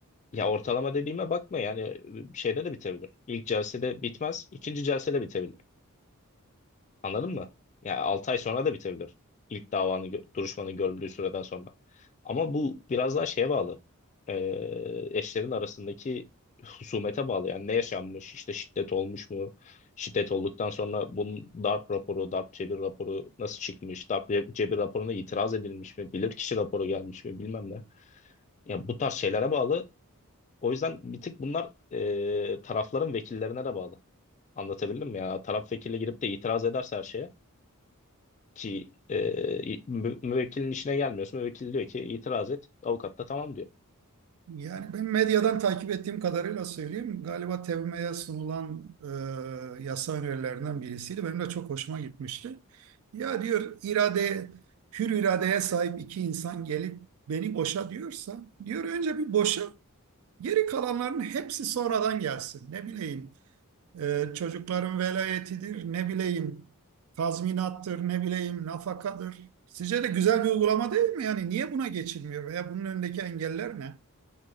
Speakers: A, on the left; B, on the right.
A: ya ortalama dediğime bakma yani şeyde de bitebilir. İlk celsede bitmez, ikinci celsede bitebilir. Anladın mı? Yani 6 ay sonra da bitebilir. İlk davanın gö- duruşmanın görüldüğü süreden sonra. Ama bu biraz daha şeye bağlı. Ee, eşlerin arasındaki husumete bağlı. Yani ne yaşanmış, işte şiddet olmuş mu? Şiddet olduktan sonra bunun darp raporu, darp cebir raporu nasıl çıkmış? Darp ce- cebir raporuna itiraz edilmiş mi? Bilirkişi raporu gelmiş mi? Bilmem ne. Yani bu tarz şeylere bağlı. O yüzden bir tık bunlar ee, tarafların vekillerine de bağlı. Anlatabildim mi? Yani taraf vekili girip de itiraz ederse her şeye ki e, mü- müvekkilin işine gelmiyorsun. Müvekkil diyor ki itiraz et. Avukat da tamam diyor.
B: Yani ben medyadan takip ettiğim kadarıyla söyleyeyim. Galiba TEVME'ye sunulan e, yasa önerilerinden birisiydi. Benim de çok hoşuma gitmişti. Ya diyor irade, hür iradeye sahip iki insan gelip beni boşa diyorsa, diyor önce bir boşa, geri kalanların hepsi sonradan gelsin. Ne bileyim Ee, çocukların velayetidir, ne bileyim tazminattır, ne bileyim nafakadır. Sizce de güzel bir uygulama değil mi? Yani niye buna geçilmiyor veya bunun önündeki engeller ne?